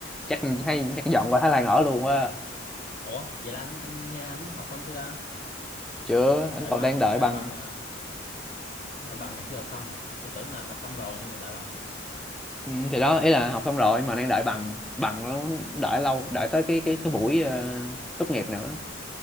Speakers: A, in the centre; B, on the left.
A: chắc hay chắc dọn qua Thái Lan ở luôn quá
B: ủa vậy là anh anh nha anh học xong chưa ta?
A: chưa anh
B: Đợi
A: còn
B: bằng,
A: đang đợi
B: đợi
A: bằng
B: bằng là đợi bằng là chưa học xong mà. Tôi tưởng là học xong rồi nhưng mà đợi bằng vậy ta.
A: Ừ, thì đó ý là học xong rồi mà đang đợi bằng bằng nó
B: À.
A: đợi lâu đợi tới cái cái cái buổi ờ, tốt nghiệp nữa